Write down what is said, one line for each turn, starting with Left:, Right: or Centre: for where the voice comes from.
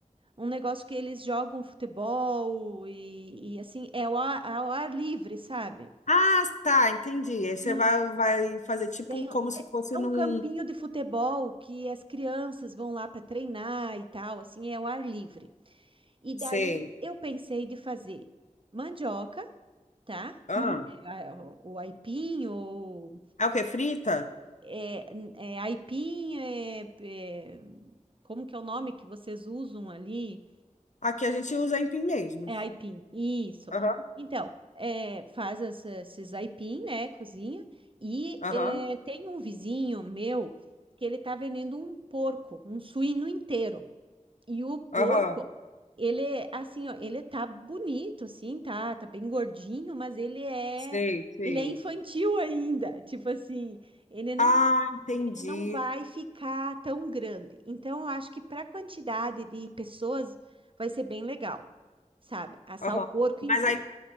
Right: um negócio que eles jogam futebol e, e assim, é ao ar, ao ar livre, sabe?
Left: Ah, tá, entendi. Aí você
Right: E
Left: vai, vai fazer tipo
Right: tem,
Left: como
Right: um,
Left: se
Right: é,
Left: fosse
Right: é
Left: num.
Right: um campinho de futebol que as crianças vão lá para treinar e tal, assim, é ao ar livre. E daí
Left: Sei.
Right: eu pensei de fazer mandioca. tá?
Left: Ah,
Right: <laughs> É, a- O, o aipim, ou
Left: é o que? Frita?
Right: é, é aipim, é, é- como que é o nome que vocês usam ali?
Left: Aqui a gente usa empim mesmo.
Right: É aipim, isso.
Left: Aham,
Right: Então, é, faz as- esses aipim, né, cozinha, e
Left: aham,
Right: é, tem um vizinho meu que ele tá vendendo um porco, um suíno inteiro. E o porco,
Left: aham.
Right: ele, é, assim, ó, ele tá bonito, assim, tá, tá bem gordinho, mas ele é,
Left: Sei, sei.
Right: ele é infantil ainda, tipo assim, ele não,
Left: Ah, entendi.
Right: ele não vai ficar tão grande. Então, eu acho que para a quantidade de pessoas vai ser bem legal, sabe? Assar
Left: Aham.
Right: o porco inteiro.
Left: Mas aí